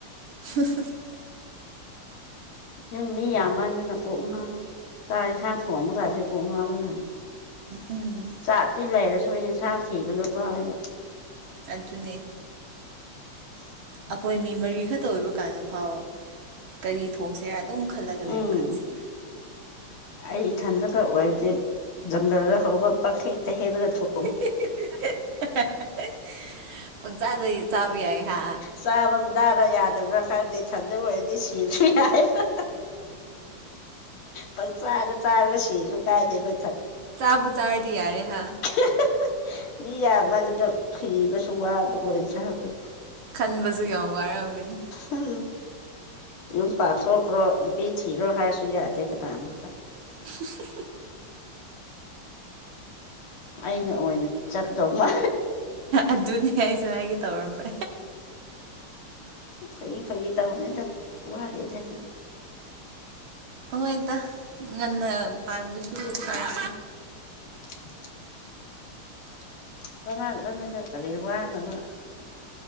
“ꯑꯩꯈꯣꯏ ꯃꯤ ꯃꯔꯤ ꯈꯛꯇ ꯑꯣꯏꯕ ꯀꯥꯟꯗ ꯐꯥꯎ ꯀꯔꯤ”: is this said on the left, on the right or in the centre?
Right